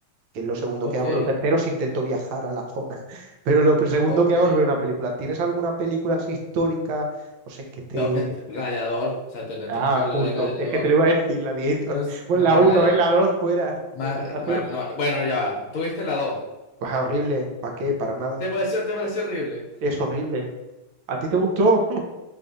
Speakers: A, on the right; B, on the left.
A: que es lo segundo
B: ok,
A: que hago. Lo tercero es intento viajar a la zona. <laughs> Pero lo segundo
B: ok.
A: que hago es ver una película. ¿Tienes alguna película así histórica? No sé, que te
B: Tengo que... Gladiador. O sea, ten-
A: Ah,
B: tenemos que hablar
A: justo.
B: de Gladiador.
A: Es que te lo iba a decir, Gladiator.
B: Es-
A: <laughs>
B: No,
A: Bueno, la uno
B: Gladiador.
A: ¿eh? La 2, fuera.
B: Mag-
A: Fuera, la
B: Mag-
A: 2.
B: no, bueno, ya va. Tuviste la dos.
A: Bah, horrible. ¿Para qué? Para nada.
B: ¿Te pareció, te pareció horrible?
A: Es horrible. ¿A ti te gustó? <laughs>